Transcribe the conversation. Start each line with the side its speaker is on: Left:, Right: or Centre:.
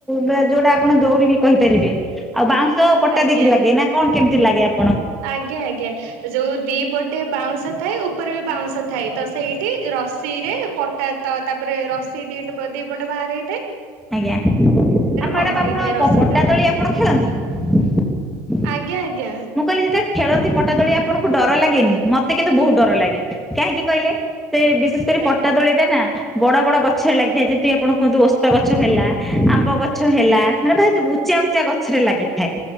Centre: ବା ଯୋଉଟା ଆପଣ ଦୋଉଡି ବି କହିପାରିବେ ଆଉ ବାଁଉଶ- ଶ ପଟା
Right: ଆଜ୍ଞା
Centre: ଦେଇକି ଲାଗେ ନା କଣ? କେମିତି ଲାଗେ ଅପ୍
Right: ଆଜ୍ଞା -ଆଜ୍ଞା ଯୋଉ ଦିପଟେ ବାଉଁଶ। ଥାଏ ଉପ- ଉପରେ ବି ବାଉଁଶ ଥାଏ ତ ସେଇ। ରସି ରେ ପଟାତ ତାପରେ ରସି ଦିଟ ଦି ପଟ ବାହାର ହେଇ
Centre: ଆଜ୍ଞା ଆଉ ମ୍ୟାଡାମ
Right: ବନ୍ଧା
Centre: ଆପଣ
Right: ହେଇଥାଏ ରସି
Centre: ପଟା
Right: ଟା
Centre: ଦୋଳି ଆପଣ ଖେଳନ୍ତି।
Right: ଆଜ୍ଞା ଆଜ୍ଞା।
Centre: କହିଲେ ଯେତେବେଳେ ଖେଳନ୍ତି ପଟାଦଳି ଆପଣଙ୍କୁ ଡର ଲାଗେନି ମତେ କିନ୍ତୁ ବହୁତ ଡର ଲାଗେ କାହିଁକି କହିଲେ। ସେ ବିଶେଷ କରି
Right: ଆଜ୍ଞା
Centre: ପଟା ଦୋଳି ଟା ନା। ବଡ ବଡ ଗଛରେ ଲାଗିଥାଏ ଯେମତିି ଆପଣ କୁହନ୍ତୁ ଓସ୍ତ ଗଛ ହେଲା, ଆମ୍ବ ଗଛ ହେଲା, ମାନେ ଭାଇତ ସବୁ ଉଚା ଉଚା ଗଛରେ ଲାଗିଥାଏ